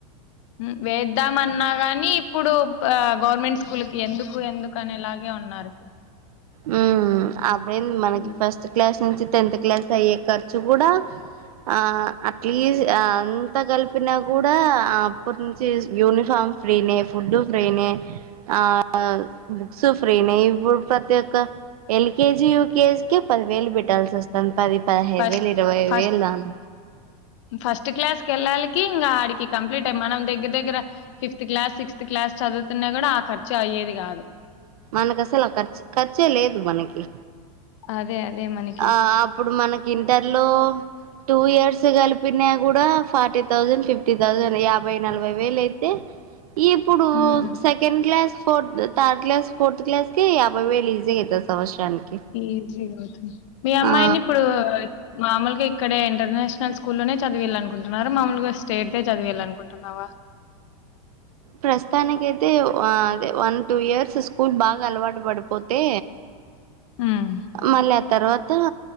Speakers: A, on the left (about 55°); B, on the right (about 75°).
A: మ్ వేద్దామన్నా గాని ఇప్పుడు గవర్నమెంట్ స్కూల్కి ఎందుకు ఎందు కనేలాగే ఉన్నారు ఇప్పుడు
B: మ్ అప్పుడేంది మనకి
A: హ్మ్.
B: ఫస్ట్ క్లాస్ నుంచి టెన్త్ క్లాస్ అయ్యే ఖర్చు కూడ ఆ అట్లీస్ అంతా కలిపినా కూడ, అప్పటి నుంచి యూనిఫామ్ ఫ్రీనే, ఫుడ్ ఫ్రీనే, ఆ బుక్స్ ఫ్రీనే ఇప్పుడు ప్రతి క ఎల్కేజి యూకేజీ కె పదివేలు పెట్టాల్సి వస్ తంతావే పదహైదు
A: ఫస్ట్
B: వేలు, ఇరవై
A: ఫస్ట్
B: వేలు అన్
A: ఫస్ట్ క్లాస్ కి వెళ్ళాలికి ఇంక ఆడికి కంప్లీట్ అయ్యి మనం దగ్గర దగ్గర ఫిఫ్త్ క్లాస్, సిక్స్త్ క్లాస్ చదువుతున్నా కూడ ఆ ఖర్చు అయ్యేది కాదు.
B: మనకసలు ఆ ఖర్చు, ఖర్చే లేదు మనకి.
A: అదే అదే మనీ
B: ఆ అప్పుడు మనకి ఇంటర్లో టూ ఇయర్స్ కలిపిన కూడ ఫార్టీ థౌజండ్, ఫిఫ్టీ థౌజండ్, యాభై నలభై వేలు అయితే ఇప్పుడు
A: హ్మ్.
B: Second class fourth, third class, fourth క్లాస్కి యాభై వేలు ఈజీగ అయితాది సంవత్సరానికి.
A: ఈజీగ అవుతుంది. మీ అమ్మాయిని
B: ఆ
A: ఇప్పుడు మామూలుగా ఇక్కడే ఇంటర్నేషనల్ స్కూల్లోనే చదివీళ్ల అనుకుంటన్నార మాముూలుగా స్టేట్ దే చదివీళ్ల అనుకుంటన్నావ?
B: ప్రస్తుతానికి అయితే అదే వన్ టూ ఇయర్స్ స్కూల్ బాగా అలవాటు పడిపోతే,
A: హ్మ్.
B: మళ్ళ ఆ తర్వాత